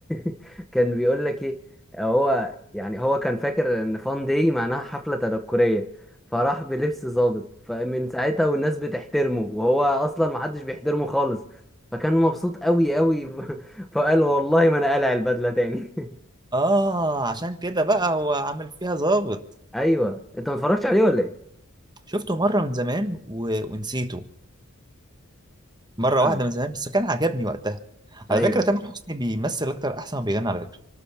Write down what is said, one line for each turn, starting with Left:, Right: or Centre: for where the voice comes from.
Centre: <laughs> كان بيقول لك ايه هو يعني هو كان فاكر ان فان داي معناها حفله تنكريه فراح بلبس ظابط فمن ساعتها والناس بتحترمه وهو اصلا ما حدش بيحترمه خالص فكان مبسوط قوي قوي <laughs> فقال والله ما انا قالع البدله تاني <laughs>
Right: اه عشان كده بقى هو عامل فيها ظابط
Centre: ايوه انت ما اتفرجتش عليه ولا ايه
Right: شفته مره من زمان و... ونسيته مره
Centre: آه.
Right: واحده من زمان بس كان عجبني وقتها
Centre: ايوه
Right: على فكره تامر حسني بيمثل اكتر احسن ما بيغني على فكره